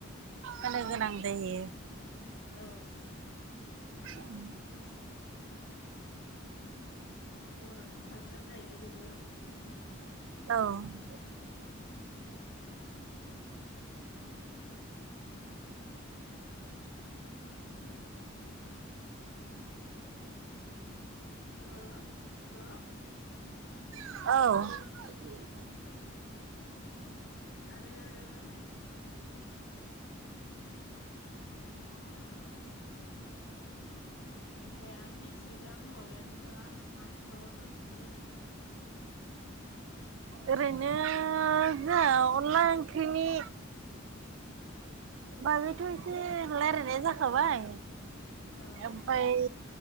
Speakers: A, on the right (about 65°); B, on the left (about 85°).
A: होननो गोनां जायो ।
B: औ
A: उ ।
B: बर'नि कालसार जाहैबाय बेबो उम
A: औ ।
B: उम । उम औ हेलौ
A: औ।
B: आरो दे आरो मिथियोब्ला बुंबावलाय नोंथाङा माबाफोर मिथियो?
A: ओरै नो जोहा अनला ओंख्रिनि बाजायथ' एसे रायलायनाया जाखाबाय
B: औ
A: ओमफ्राय